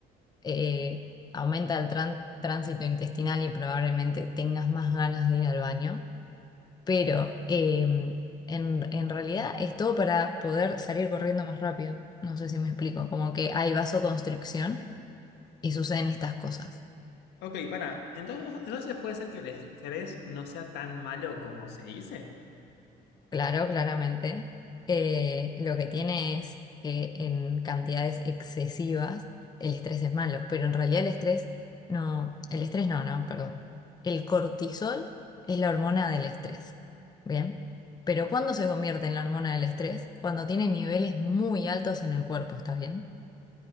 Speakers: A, on the left; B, on the left.
A: Eh, aumenta el tran- tránsito intestinal y probablemente tengas más ganas de ir al baño. Pero eh, en, en realidad es todo para poder salir corriendo más rápido. No sé si me explico. Como que hay vasoconstricción y suceden estas cosas.
B: Ok, pará, entonces, entonces puede ser que el estrés no sea tan malo como se dice.
A: Claro, claramente. Eh, lo que tiene es que en cantidades excesivas el estrés es malo, pero en realidad el estrés no, el estrés no, no, perdón. El cortisol es la hormona del estrés, ¿bien? Pero ¿cuándo se convierte en la hormona del estrés? Cuando tiene niveles muy altos en el cuerpo, ¿está bien?